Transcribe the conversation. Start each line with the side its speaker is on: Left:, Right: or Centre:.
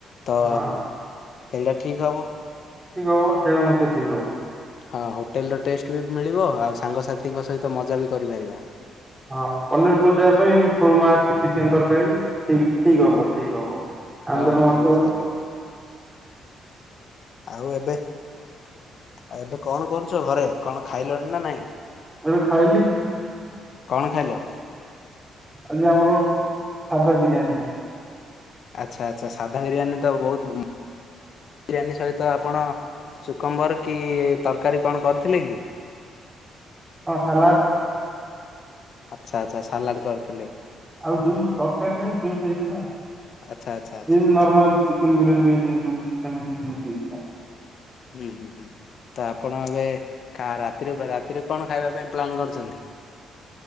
Right: ହଁ
Left: ତ ସେଇଟା ଠିକ୍ ହବ‌।
Right: ଠିକ୍ ହବ ସେଇଟା ମଧ୍ୟ ଠିକ୍ ହବ।
Left: ହଁ ହୋଟେଲ୍ ର ଟେଷ୍ଟ ବି ମିଳିବ ଆଉ ସାଙ୍ଗସାଥିଙ୍କ ସହିତ ମଜା ବି କରିପାରିବା।
Right: ହଁ ପନିର ପୁଲଚା ପାଇଁ ଖୁରୁମା ଅଛି ଚିକେନ ତରକାରୀ ଠିକ୍। ଠିକ୍
Left: ହୁଁ
Right: ହବ ଠିକ୍
Left: ହୁଁ
Right: ହବ
Left: ହଁ
Right: ଆଣିଦେଲ ମତେ
Left: ବହୁତ
Right: ଗୋଟେ।
Left: ସ୍ଵାଦ ଲାଗିବ। ଆଉ ଏବେ ଆଉ ଏବେ କଣ କରୁଚ ଘରେ କଣ ଖାଇଲଣି ନାଁ ନାଇଁ।
Right: ମୁଁ ଏବେ ଖାଇଲି।
Left: କଣ ଖାଇଲ?
Right: ଆଜି ଆମର ସାଧା ବିରିୟାନୀ ହେଇଥି
Left: ଆଚ୍ଛା ଆଚ୍ଛା ସାଧା ବିରିୟାନୀ ତ ବହୁତ୍ ଉଁ ବିରିୟାନୀ ସହିତ ଆପଣ ଚୁକୁମ୍ବର କି ତରକାରୀ କଣ କରିଥିଲେ କି?
Right: ହଁ ସାଲାଟ୍
Left: ଆଚ୍ଛା ଆଚ୍ଛା ସାଲାଟ୍ କରିଥିଲେ।
Right: ଆଉ ଜୁସ୍ ତରକାରୀ ନାଇଁ ଜୁସ୍ ହେଇଥିଲା
Left: ଆଚ୍ଛା ଆଚ୍ଛା ଆଚ୍ଛା
Right: ଯେମିତି
Left: ଆଚ୍ଛା
Right: ନର୍ମାଲ ଚିକେନ ବିରିୟାନୀ ପାଇଁ ସେମିତି ଜୁସ୍ ସେମିତି ଜୁସ୍ ହେଇଥିଲା।
Left: ହୁଁ ହୁଁ ହୁଁ ତ ଆପଣ ଏବେ କା ରାତିରେ ବ ରାତିରେ କଣ ଖାଇବା ପାଇଁ ପ୍ଲାନ୍ କରୁଚନ୍ତି?